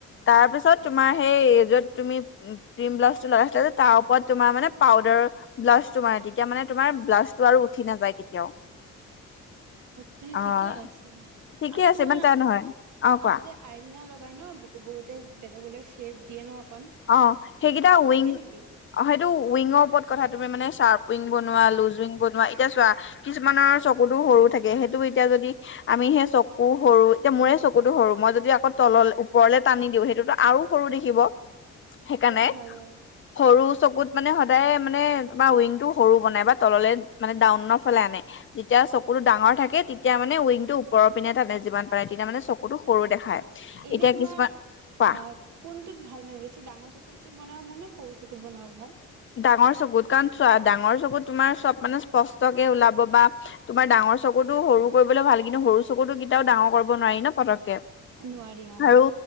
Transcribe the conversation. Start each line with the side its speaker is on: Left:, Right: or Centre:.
Left: তাৰ পিছত তোমাৰ সেই য'ত তুমি ক্ৰীম ব্লাছটো লগাইছিলা যে তাৰ ওপৰত তোমাৰ মানে পাউডাৰ ব্লাছটো মাৰে তেতিয়া মানে তোমাৰ ব্লাছটো আৰু উঠি নাযায় কেতিয়াও।
Right: তো
Left: অ',
Right: ঠিকেই আছে
Left: ঠিকে
Right: আৰু যে
Left: আছে
Right: তোমাৰ
Left: ইমান টান নহয় অ' কোৱা
Right: আৰু যে আইলিনা লগাই। উপায় ন বহুতে বেলেগ বেলেগ চেপ দিয়ে ন। অকণ
Left: অ' সেইকেইটা
Right: এইটো কিবা
Left: উইং
Right: থাকে নেকি
Left: অ 'সেইটো উইংৰ ওপৰত কথা তুমি মানে চ্বাৰ্প উইং বনোৱা লুজ উইং বনোৱা এতিয়া চোৱা কিছুমানৰ চকুতো সৰু থাকে সেইটো এতিয়া যদি আমি সেই চকু সৰু এতিয়া মোৰে চকুতো সৰু, মই যদি আকৌ তল ওপৰলে টানি দিওঁ সেইটোতো আৰু সৰু দেখিব। সেইকাৰণে
Right: সেইটো হয় বাৰু
Left: সৰু চকুত মানে সদায় মানে তোমাৰ উইং টো সৰু বনাই বা তললে মানে ডাউনৰ ফালে আনে যেতিয়া চকুতটো ডাঙৰ থাকে তেতিয়া মানে উইংৰ পিনে ত আাননে যিমান পাৰে তেতিয়া মানে চকুতটো সৰু দেখায়।
Right: এনে
Left: এতিয়া
Right: তোমাৰ
Left: কিছুমান পা
Right: অ' কোনটোত ভাল ভাল মানে বেছি ডাঙৰ চকুতটো বনাব ভাল নে সৰু চকুত বনাব ভাল
Left: ডাঙৰ চকুত কাৰণ ডাঙৰ চকুত চোৱা তোমাৰ চব মানে স্পষ্টকে ওলাব বা তোমাৰ ডাঙৰ চকুতো সৰু কৰিবলৈ ভাল কিন্তু সৰু চকুতো কেতিয়াও ডাঙৰ কৰিব নোৱাৰি ন পতককে।
Right: নোৱাৰি অ
Left: আৰু